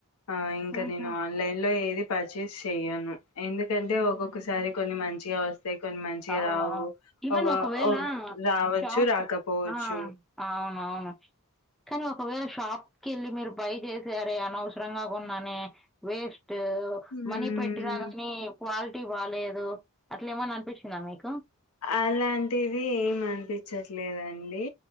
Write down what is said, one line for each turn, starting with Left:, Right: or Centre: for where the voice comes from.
Left: ఆ ఇంకా
Centre: ఉహు
Left: నేను ఆన్లైన్ లో ఏది పర్చేస్ చెయను. ఎందుకంటే ఒక్కొక్కసారి కొన్ని మంచిగా వ అంటే కొన్ని మంచిగా
Centre: అవునవును
Left: రావు.
Centre: ఈవెన్
Left: ఒక
Centre: ఒకవేళ
Left: ఒక్ రావచ్చు
Centre: షాప్
Left: రాకపోవచ్చు.
Centre: ఆ అవునవును కానీ ఒకవేళ షాప్కి వెళ్ళి మీరు బై చేసారే, అనవసరంగా కొన్నా వేస్ట్ ట్
Left: హ్మ్
Centre: మనీ పెట్టిన గాని క్వాల్ టి బాలేదు అట్లే ఏమని అనిపించ అనిపించిందా మీకు
Left: అలాంటివి ఏం అనిపించట్లేదండి.